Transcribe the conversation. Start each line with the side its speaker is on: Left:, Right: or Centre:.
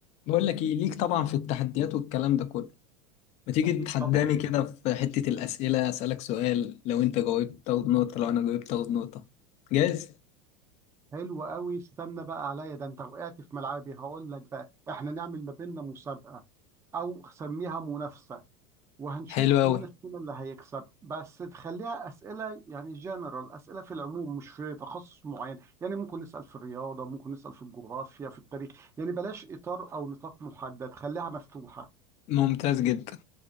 Left: بقول لك ايه ليك طبعا في التحديات والكلام ده كله ما تيجي
Right: اكيد
Left: تتحداني
Right: طبعا
Left: كده في حتة الأسئلة أسألك سؤال لو أنت جاوبت تاخد نقطة لو أنا جاوبت تاخد نقطة جاهز؟
Right: حلو قوي استنى بقى عليا ده انت وقعت في ملعبي هقول لك بقى احنا نعمل ما بيننا مسابقه او سميها منافسه وهنشوف
Left: حلو أوي
Right: مين فينا اللي هيكسب بس تخليها اسئله يعني جنرال اسئله في العموم مش في تخصص معين يعني ممكن نسال في الرياضه ممكن نسال في الجغرافيا في التاريخ يعني بلاش اطار او نطاق محدد خليها مفتوحه
Left: ممتاز جدا